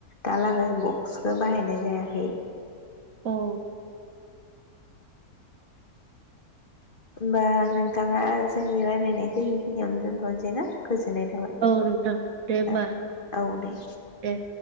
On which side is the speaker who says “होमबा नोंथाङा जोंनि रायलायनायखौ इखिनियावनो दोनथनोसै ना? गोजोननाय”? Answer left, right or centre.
Left